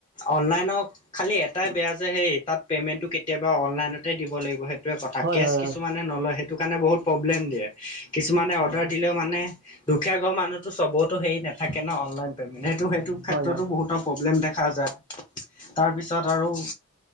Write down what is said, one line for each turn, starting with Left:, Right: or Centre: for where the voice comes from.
Left: অনলাইন খালি এটয় বেয়া যে তাত পেমেন্টো কেতিয়াবা অনলাইন দিব লাগিব‌ সেই টৈৱে কথা
Right: হয় হয় হয়
Left: না নলয় সেইটো কাৰণে বহুত প্ৰব্লেম দিয়ে কিছুমানে
Right: হয়
Left: অৰ্ডাৰ দিলেও মানে দুখীয়া ঘৰ মানুহটো চবৰেত হে নাথাকে ন অনলাইন পেমেণ্ট সেইটোইটো
Right: হয়
Left: ক্ষেত্ৰতো
Right: হয়।
Left: বহুত প্ৰব্লেম দেখা যায় তাৰপিছত আৰু